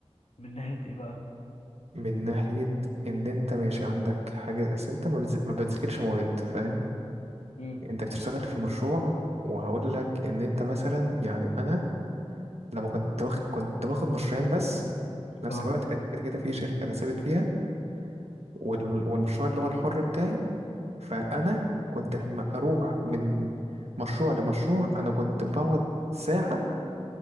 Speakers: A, on the left; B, on the right.
A: من ناحية إيه بقى
B: من ناحية إن أنت ماشي عندك حاجة بس أنت ما بتز- ما بتذاكرش مواد فاهم
A: امم
B: أنت بتشتغل في مشروع وهقول لك إن أنت مثلا يعني أنا لما كنت واخد كنت باخد مشروعين بس في نفس
A: اه
B: الوقت كانت كده كده في شركة أنا ثابت فيها وال- والمشروع اللي هو الحر بتاعي فأنا كنت لما أروح من مشروع لمشروع أنا كنت بقعد ساعة